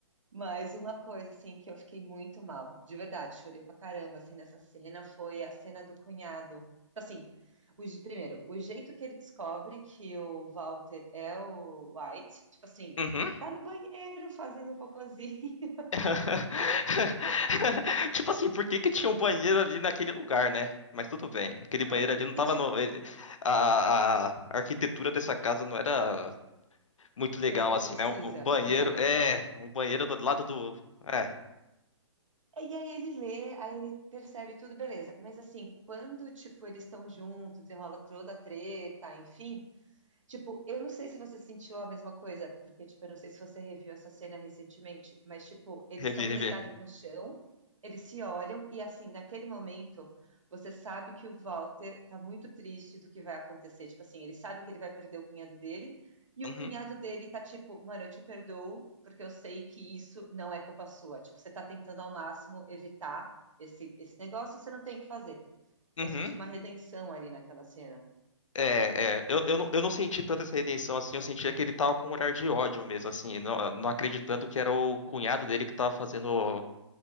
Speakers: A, on the right; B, on the left.
A: Mas uma coisa, assim, que eu fiquei muito mal, de verdade, chorei pra caramba, assim, nessa cena, foi a cena do cunhado. Assim, o je- primeiro, o jeito que ele descobre que o Walter é o White, tipo assim,
B: Uhum.
A: tá no banheiro fazendo cocôzinho. <laughs>
B: <laughs> tipo assim, por que que tinha um banheiro ali naquele lugar, né? Mas tudo bem. Aquele banheiro
A: Não,
B: ali não tava
A: e tipo,
B: no. ele- A, a arquitetura dessa casa não era muito legal,
A: pre- é
B: assim,
A: precisa,
B: né? Um um banheiro.
A: exato.
B: É, um banheiro do lado do. É,
A: E aí ele lê, aí ele percebe tudo, beleza. Mas assim, quando, tipo, eles estão juntos, enrola toda a treta, enfim. Tipo, eu não sei se você sentiu a mesma coisa, porque, tipo, eu não sei se você reviu essa cena recentemente, mas, tipo, eles
B: rever,
A: estão
B: rever.
A: deitados no chão, eles se olham, e, assim, naquele momento, você sabe que o Walter tá muito triste do que vai acontecer. Tipo, assim, ele sabe que ele vai perder o cunhado dele, e
B: Uhum,
A: o cunhado dele tá tipo, mano, eu te perdoo, porque eu sei que isso não é culpa sua. Tipo, você tá tentando ao máximo evitar esse, esse negócio, você não tem o que fazer.
B: uhum.
A: Eu senti uma redenção ali naquela cena.
B: É, é. Eu, eu, não, eu não senti tanto essa redenção assim, eu sentia que ele tava com um olhar de ódio mesmo, assim, não, não acreditando que era o cunhado dele que tava fazendo